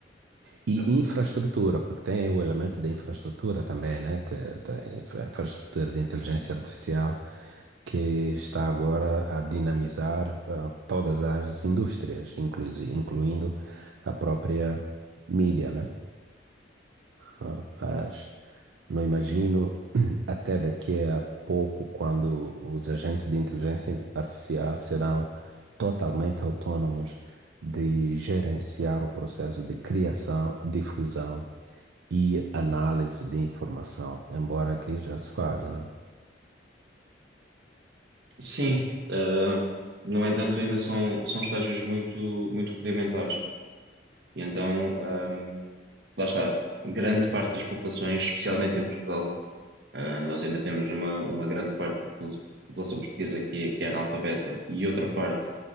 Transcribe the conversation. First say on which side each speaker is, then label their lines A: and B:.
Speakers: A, on the right; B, on the right.
A: e
B: Certo.
A: infraestrutura, porque tem o elemento da infraestrutura também, né? Que tem a infraestrutura de inteligência artificial que está agora a dinamizar ah, todas as indústrias, inclusive, incluindo a própria mídia, né? Ah, Mas não imagino <clears throat> até daqui a pouco quando os agentes de inteligência artificial serão totalmente autônomos de gerenciar o processo de criação, difusão e análise de informação, embora aqui já se faz, né?
B: Sim, ah, no entanto, ainda são, são estágios muito, muito rudimentares. E então, hum, lá está, grande parte das populações, especialmente em Portugal, ah, nós ainda temos uma, uma grande parte da popula- população portuguesa que é, que é analfabeta e outra parte